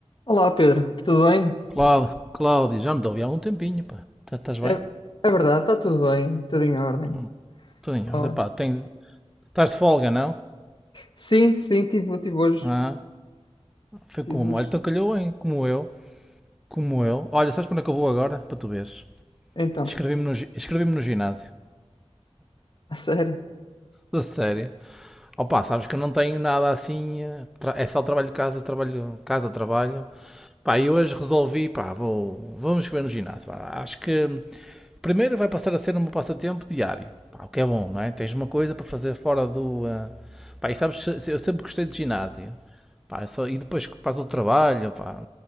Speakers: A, on the left; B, in the centre.
A: Olá Pedro, tudo bem?
B: Cláudio, Cláudio, já não te ouvi há um tempinho, pá. Tá- Estás bem?
A: É, é verdade, está tudo bem, tudo em ordem.
B: Hum, Tudo em ordem,
A: Olha.
B: pá. Tenho... Estás de folga, não?
A: Sim, sim, tive, tive hoje,
B: Ah, foi
A: tive
B: como?
A: hoje.
B: Olha, então calhou, hein? Como eu, como eu. Olha, sabes para onde é que eu vou agora? Para tu veres.
A: Então,
B: Inscrevi-me no, gi- inscrevi-me no ginásio.
A: a sério,
B: Da série. Oh, pá, sabes que eu não tenho nada assim. eh, tra- É só trabalho de casa, trabalho, casa, trabalho. Pá, e hoje resolvi, pá, vou, vamos escrever no ginásio. pá. Acho que Primeiro vai passar a ser um passatempo diário. Pá, o que é bom, não é? Tens uma coisa para fazer fora do. ah, Pá, e sabes, eu sempre gostei de ginásio. Pá, só- E depois que faz o trabalho, pá,